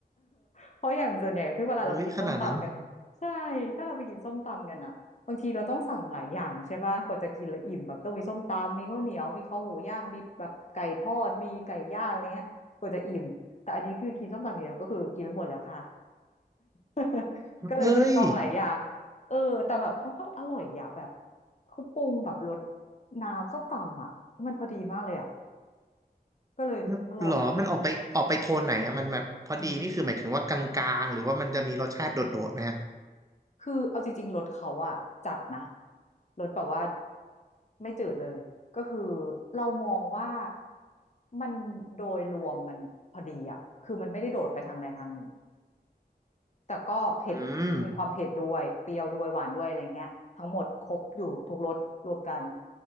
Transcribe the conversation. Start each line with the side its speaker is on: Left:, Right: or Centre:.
Left: เพราะอย่างส่วนใหญ่ที่เวลาเราไปกินส้มตำกันใช่ถ้าเราไปกินส้มตำกันอะบางทีเราต้องสั่งหลายอย่างใช่ป่ะกว่าจะกินแล้วอิ่มแบบต้องมีส้มตำมีข้าวเหนียวมีข้าวหมูย่างมีแบบไก่ทอดมีไก่ย่างอะไรเงี้ยกว่าจะอิ่มแต่อันนี้คือกินส้มตำอย่างเดียวก็คือกินไม่หมดแล้วค่ะ
Right: เฮ้ยขนาดนั้น
Left: <laughs>
Right: เฮ้ย
Left: ก็เลยไม่ได้ลองหลายอย่างเออแต่แบบเขาทำอร่อยอะแบบเขาปรุงแบบรสน้ำส้มตำอะมันพอดีมากเลยอะก็เลยอร่อย
Right: มันหรอมันออกไปออกไปโทนไหนอะมันแบบพอดีนี่คือหมายถึงว่ากลางๆหรือว่ามันจะมีรสชาติโดดๆไหมฮะ
Left: อืม คือเอาจริงๆรถเขาอะจัดนะรถแบบว่าไม่จืดเลยก็คือเรามองว่ามันโดยรวมมันพอดีอะคือมันไม่ได้โดดไปทางใดทางหนึ่งแต่ก็เผ็ดมีความเผ็ดด้วยเปรี้ยวด้วยหวานด้วยอะไรเงี้ยทั้งหมดครบอยู่ทุกรสรวมกัน
Right: อืม